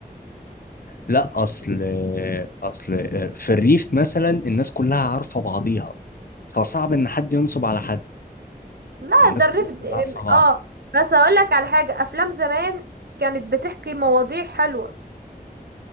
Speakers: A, on the left (about 65°); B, on the right (about 75°).
A: لا اصل اصل في الريف مثلا الناس كلها عارفه بعضيها فصعب ان حد ينصب على حد
B: لا
A: الناس
B: ده الريف
A: كلها بتبقى
B: د-
A: عارفه بعض
B: اه بس أقولك على حاجة أفلام زمان كانت بتحكي مواضيع حلوة